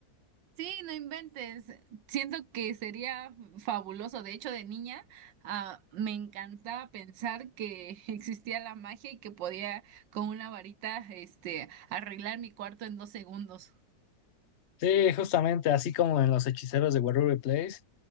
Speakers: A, on the right; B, on the left.
A: Sí, no inventes. Siento que sería fabuloso. De hecho, de niña, ah, me encantaba pensar que <laughs> existía la magia y que podía con una varita, este, arreglar mi cuarto en dos segundos.
B: Sí, justamente, así como en los hechiceros de Waverly Place,